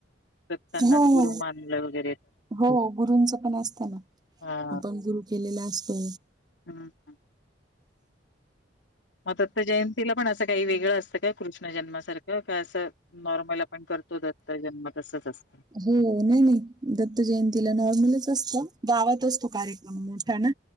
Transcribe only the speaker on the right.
हो
हो गुरूंच पण असतं ना.
आपण गुरु केलेला असतो.
हो, नाही नाही दत्त जयंतीला नॉर्मलच असतं. गावात असतो कार्यक्रम मोठा ना,